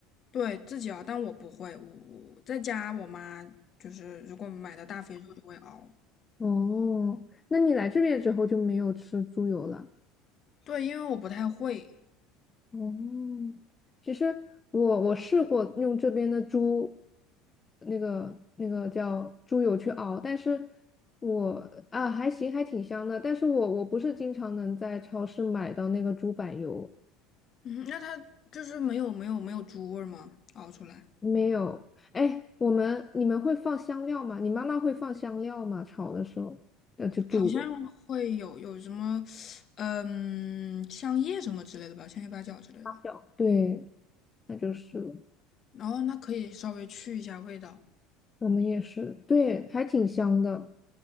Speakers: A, on the left (about 45°); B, on the left (about 25°).
A: 对自己熬，但我不会，我我在家我妈就是如果买的大肥肉就会熬，
B: 哦，那你来这边之后就没有吃猪油了。
A: 对，因为我不太会。
B: 哦，其实我我试过用这边的猪，那个那个叫猪油去熬，但是我啊还行，还挺香的。但是我我不是经常能在超市买到那个猪板油，
A: 嗯，那它就是没有没有没有猪味儿吗？熬出来？
B: 没有。哎，我们你们会放香料吗？你妈妈会放香料吗？炒的时候，那就煮的。
A: 好像会有有什么，嗯，香叶什么之类的吧，香叶八角之类的吧。
B: 辣椒对，那就是了
A: 然后那可以稍微去一下味道。
B: 我们也是，对，还挺香的。